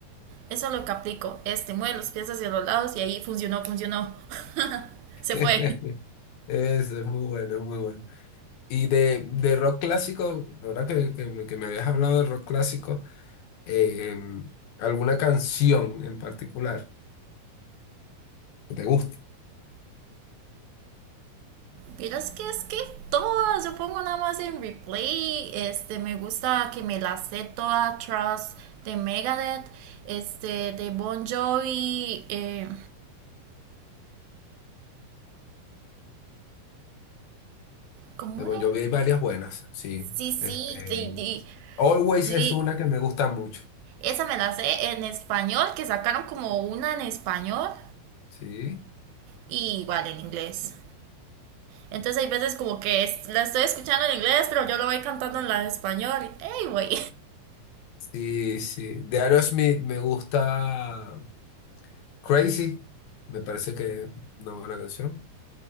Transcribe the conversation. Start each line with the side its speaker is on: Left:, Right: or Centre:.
Right: Eso es lo que aplico. Este, mueve los pies hacia los lados y ahí funcionó, funcionó. <laughs> Se
Left: <laughs>
Right: fue.
Left: Eso es muy bueno, es muy bueno. Y de, de rock clásico, la verdad que, que me que me habías hablado de rock clásico, em, ¿alguna canción en particular que te guste?
Right: Pero es que es que todas, yo pongo nada más en replay, este, me gusta que me la sé toda, Trust de Megadeth, este, de Bon Jovi, eh, ¿cómo
Left: De Bon
Right: es
Left: Jovi hay varias buenas, sí.
Right: Sí, sí,
Left: Este,
Right: de- de-
Left: Always es
Right: li-
Left: una que me gusta mucho.
Right: esa me la sé en español, que sacaron como una en español
Left: Sí,
Right: y igual en inglés. Entonces hay veces como que es- la estoy escuchando en inglés, pero yo lo voy cantando en la español. ¡Ey, güey!
Left: sí, sí. De Aerosmith me gusta Crazy, me parece que es una buena canción.